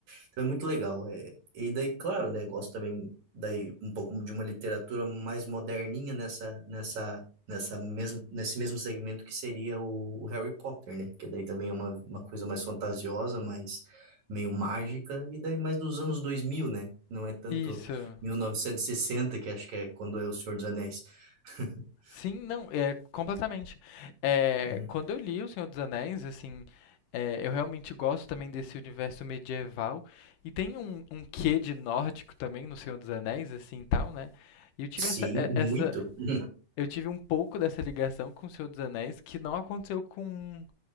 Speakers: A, on the right; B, on the left.
A: Então é muito legal. É. E daí, claro, né, gosto também daí um pouco de uma literatura mais moderninha nessa, nessa, nessa mesmo, nesse mesmo segmento que seria o, o Harry Potter, né? Que daí também é uma, uma coisa mais fantasiosa, mais meio mágica, e daí mais dos anos dois mil né? Não é tanto
B: isso.
A: mil novecentos e sessenta que acho que é quando é O Senhor dos Anéis. <laughs>
B: Sim, não, é completamente. É,
A: Uhum.
B: quando eu li O Senhor dos Anéis, assim, é, eu realmente gosto também desse universo medieval e tem um, um quê de nórdico também no Senhor dos Anéis, assim, e tal, né? E eu tive
A: Sim,
B: essa, é-
A: muito.
B: essa,
A: Uhum.
B: eu tive um pouco dessa ligação com O Senhor dos Anéis que não aconteceu com